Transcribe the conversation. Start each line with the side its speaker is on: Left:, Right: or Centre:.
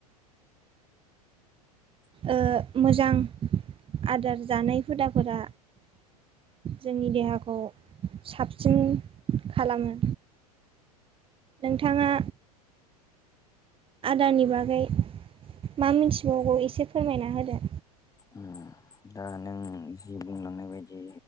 Left: <inaudible>
Right: ओ मोजां आदार जानाय हुदाफोरा जोंनि देहाखौ साबसिन खालामो। नोंथाङा आदारनि बागै मा मिथिबावगौ एसे फोरमायना होदो?
Left: उम दा नों जि बुंलांनाय बायदि